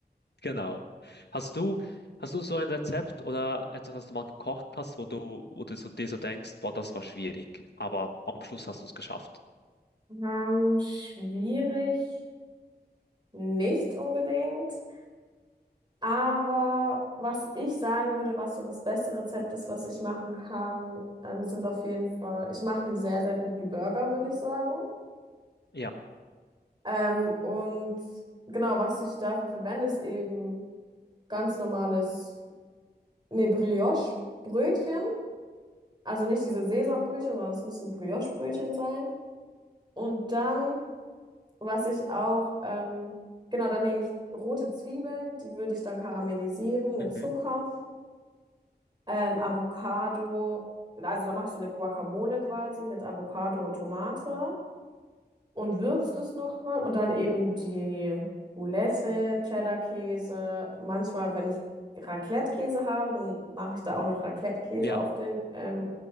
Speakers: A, on the left; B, on the right.
A: genau. Hast du, hast du so ein Rezept oder etwas, das du mal gekocht hast, wo du, wo du so, dir so denkst, boah, das war schwierig, aber am Schluss hast du es geschafft.
B: Ähm, schwierig. nicht unbedingt. Aber was ich sagen würde, was so das beste Rezept ist, was ich machen kann, ähm, sind auf jeden Fall, ich mache einen sehr, sehr guten Burger, würde ich sagen.
A: Ja,
B: Ähm, und genau, was ich dafür verwende, ist eben ganz normales, nee, Brioche-Brötchen. Also nicht diese Sesambrötchen, sondern es müssen Brioche-Brötchen sein. Und dann, was ich auch, ähm, genau, dann nehme ich rote Zwiebeln, die würde ich dann karamellisieren mit
A: mhm.
B: Zucker. Ähm, Avocado, also da mache ich so eine Guacamole quasi mit Avocado und Tomate und würzt es nochmal und dann eben die Boulette, Cheddar-Käse. Manchmal, wenn ich Raclette-Käse habe, dann mache ich da auch noch Raclette-Käse
A: Ja,
B: auf den, ähm,